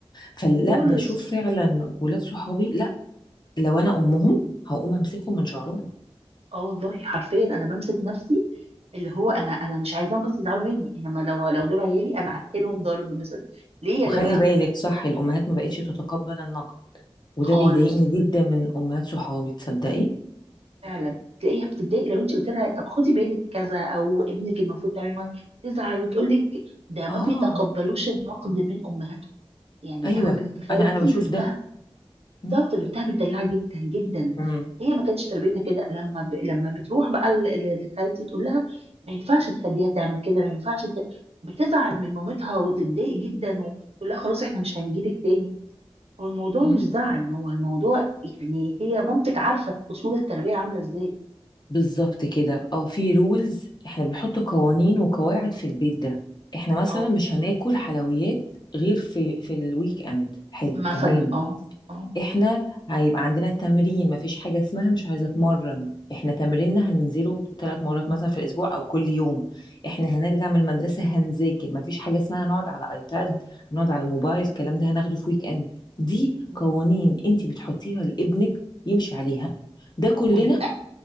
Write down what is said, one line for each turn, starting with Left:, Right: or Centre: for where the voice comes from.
Left: فلا
Right: خالص
Left: بشوف فعلا ولاد صحابي لا لو انا امهم هقوم امسكهم من شعرهم
Right: اه والله حرفيا انا بمسك نفسي اللي هو انا انا مش عايزاهم بس يزعلوا مني انما لو لو دول عيالي انا هقتلهم ضرب مثلا ليه يا
Left: وخلي
Right: جماعه
Left: بالك صح الامهات ما بقتش تتقبل النقد وده
Right: خالص
Left: بيضايقني جدا من امهات صحابي تصدقي
Right: فعلا تلاقيها بتتضايق لو انت قلت لها طب خدي بالك كذا او ابنك المفروض تماما تزعل وتقول لك ده ما
Left: اه
Right: بيتقبلوش النقد من امهاتهم يعني
Left: ايوه
Right: انا بنت خالتي
Left: انا انا بشوف
Right: بنتها
Left: ده م-
Right: بالظبط بنتها متدلعه جدا جدا
Left: م-
Right: هي ما كانتش تربيتها كده لما ب... لما بتروح بقى ل- ل- لخالتي تقول لها ما ينفعش تخليها تعمل كده ما ينفعش ت... بتزعل من مامتها وتتضايق جدا وتقول لها خلاص احنا مش هنجيلك تاني هو الموضوع
Left: م.
Right: مش زعل هو الموضوع يعني هي مامتك عارفه اصول التربيه عامله ازاي
Left: بالظبط كده اه في رولز احنا بنحط قوانين وقواعد في البيت ده احنا مثلا
Right: اه
Left: مش هناكل حلويات غير في في الويك اند حلو
Right: مثلا
Left: تمام
Right: اه اه
Left: احنا هيبقى عندنا تمرين مفيش حاجة اسمها مش عايزة اتمرن احنا تمريننا هننزله ثلاث مرات مثلا في الاسبوع او كل يوم احنا هنرجع من المدرسة هنذاكر مفيش حاجة اسمها نقعد على ايباد نقعد على موبايل الكلام ده هناخده في ويك اند دي
Right: مم.
Left: قوانين انت بتحطيها لابنك يمشي عليها ده كلنا
Right: ويبقى